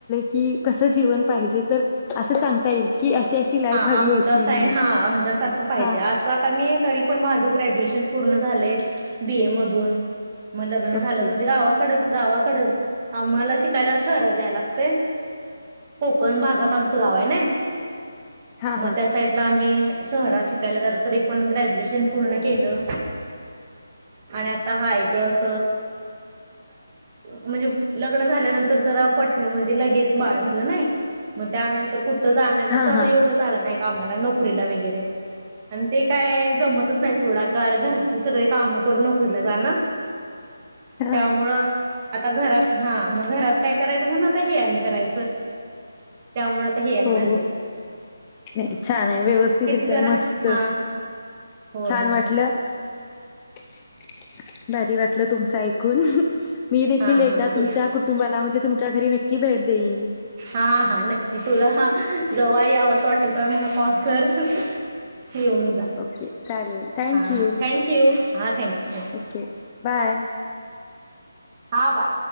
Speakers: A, on the left; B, on the right.
A: की कस जीवन पाहिजे तर असं सांगता येईल. की अशी अशी लाईफ
B: हा
A: हवी
B: आमच्या
A: होती म्हणून
B: आहे हा आमच्या सारखं पाहिजे
A: हा
B: असं आता मी तरी पण माझं ग्रॅज्युएशन पूर्ण झाले बीए मधून मग लग्न
A: ओके
B: झालं म्हणजे गावाकडे गावाकडे आम्हाला शिकायला शहरात जायला लागते. कोकण भागात आमचं गाव आहे ना.
A: हा
B: मग
A: हा
B: त्या साईड ला आम्ही शहरात शिकायला जात होते तरी पण ग्रॅज्युएशन पूर्ण केलं आणि आता हाय अस म्हणजे लग्न झाले नंतर म्हणजे लगेच बाळ झाले नाही मग त्यानंतर कुठं जाण्याचा
A: हा हा
B: योग आला नाही कामाला नोकरीला वगैरे आणि ते काय जमतच नाही सोडा कारण घरातले सगळे कामं करून नोकरीला जाण
A: हा
B: त्यामुळं आता घरात हा मग घरात काय करायचं? म्हणून आता हे आणि करायचं त्यामुळे आता हे आणि
A: हो
B: धरलेयं
A: हो नाही छान आहे व्यवस्थितरित्या
B: जरा
A: मस्त
B: हा होय
A: छान
B: होय
A: वाटलं <inaudible> भारी वाटलं तुमचं ऐकून <unintelligible> मी देखील
B: हा
A: एकदा
B: हा तुझ
A: तुमच्या कुटुंबाला म्हणजे तुमच्या घरी नक्की भेट देईन.
B: हा हा नक्की तुला हा जवा यावंस वाटेल तर मला कॉल कर <unintelligible> येऊन जा
A: ओके चालेल थँक
B: हां
A: यू
B: हां थँक्यू हा थँक्यू थँकू
A: ओके बाय
B: हा बाय